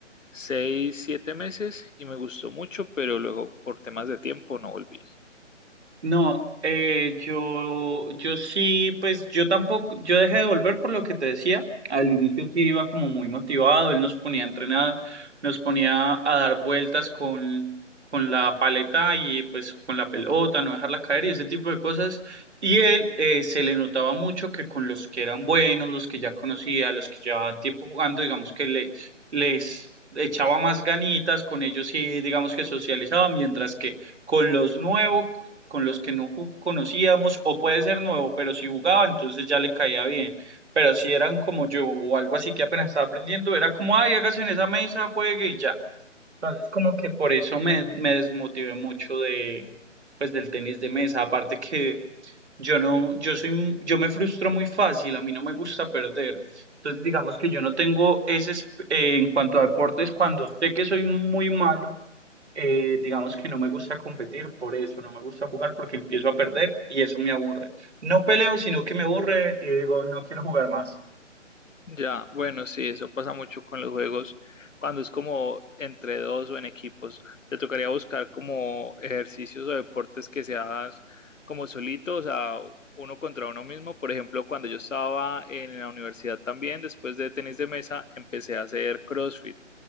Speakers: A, on the left (about 85°); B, on the right (about 60°).
A: seis, siete meses y me gustó mucho, pero luego por temas de tiempo no volví.
B: No, eh, yo, yo sí, pues yo tampoco, yo dejé de volver por lo que te decía. Al inicio sí iba como muy motivado, él nos ponía a entrenar, nos ponía a dar vueltas con, con la paleta y pues con la pelota, no dejarla caer y ese tipo de cosas. Y él eh, se le notaba mucho que con los que eran buenos, los que ya conocía, los que llevaba tiempo jugando, digamos que le, les echaba más ganitas, con ellos sí, digamos que socializaba, mientras que con los nuevos con los que no ju- conocíamos, o puede ser nuevo, pero si jugaba, entonces ya le caía bien. Pero si eran como yo o algo así que apenas estaba aprendiendo, era como, ay, hágase en esa mesa, juegue y ya. Entonces como que por eso me, me desmotivé mucho de, pues, del tenis de mesa. Aparte que yo no, yo soy, m- yo me frustro muy fácil, a mí no me gusta perder. Entonces digamos que yo no tengo ese, esp- eh, en cuanto a deportes, cuando sé que soy muy malo eh, digamos que no me gusta competir por eso, no me gusta jugar porque empiezo a perder y eso me aburre. No peleo, sino que me aburre y digo, no quiero jugar más.
A: Ya, bueno, sí, eso pasa mucho con los juegos cuando es como entre dos o en equipos. Te tocaría buscar como ejercicios o deportes que se hagan como solitos, o sea, uno contra uno mismo. Por ejemplo, cuando yo estaba en la universidad también, después de tenis de mesa, empecé a hacer CrossFit.